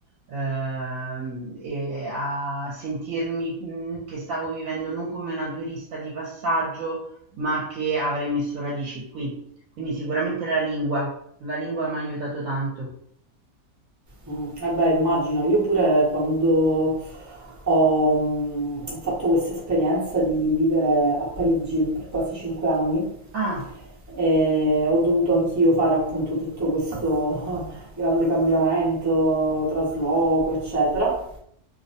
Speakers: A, on the right; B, on the right.
A: ehm, e a sentirmi, mhmm, che stavo vivendo non come una turista di passaggio, ma che avrei messo radici qui. Quindi sicuramente la lingua, la lingua m'ha aiutato tanto.
B: Mm, eh beh, immagino, io pure quando ho mm, fatto questa esperienza di vivere a Parigi per quasi cinque anni,
A: Ah,
B: e ho dovuto anch'io fare appunto tutto questo <laughs> grande cambiamento, trasloco, eccetera.